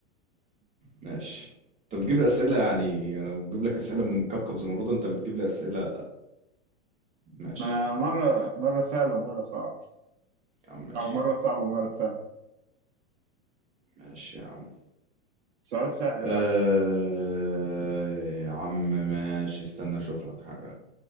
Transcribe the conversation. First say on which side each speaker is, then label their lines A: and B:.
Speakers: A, on the right; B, on the right.
A: ماشي انت بتجيب لي اسئله يعني انا بجيب لك اسئله من كوكب زمرد انت بتجيب لي اسئله ماشي
B: ما انا مره مره سهل ومره صعب
A: يا عم ماشي
B: او مره صعب ومره سهل
A: ماشي يا عم
B: سؤال سهل
A: أه
B: بقى
A: يا عم ماشي استنى اشوف لك حاجه